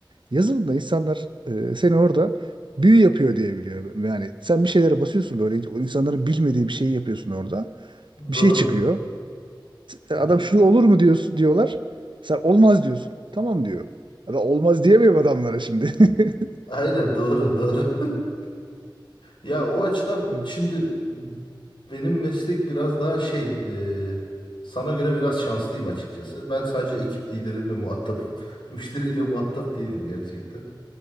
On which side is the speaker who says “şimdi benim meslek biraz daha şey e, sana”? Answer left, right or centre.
Left